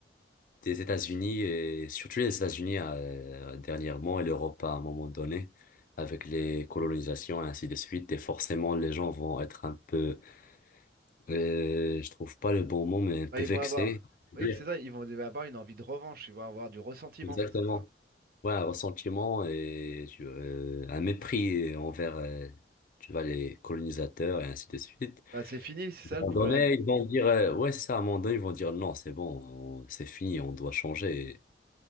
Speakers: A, on the left (about 50°); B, on the right (about 55°).
A: des États-Unis et surtout les États-Unis euh, dernièrement et l'Europe à un moment donné avec les colonisations et ainsi de suite et forcément les gens vont être un peu euh, je trouve pas le bon mot mais un peu
B: Bah, ils
A: vexés
B: vont avoir,
A: Yeah.
B: oui, c'est ça, ils vont avoir une envie de revanche, ils vont avoir du ressentiment,
A: exactement
B: c'est ça.
A: ouais un ressentiment et tu- euh, un mépris envers euh, tu vois les colonisateurs et ainsi de suite
B: Bah c'est fini, c'est ça
A: à un
B: le problème.
A: moment donné ils vont dire euh, ouais c'est ça à un moment donné ils vont dire non c'est bon on- c'est fini on doit changer